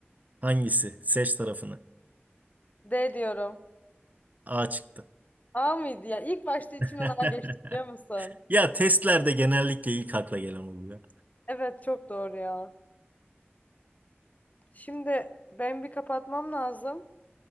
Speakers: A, on the right (about 40°); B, on the left (about 40°).
A: Hangisi? Seç tarafını.
B: D diyorum.
A: A çıktı.
B: A mıydı ya? İlk başta içimden
A: <laughs>
B: A geçti biliyor musun?
A: Ya testlerde genellikle ilk akla gelen oluyor.
B: Evet çok doğru ya. Şimdi ben bir kapatmam lazım.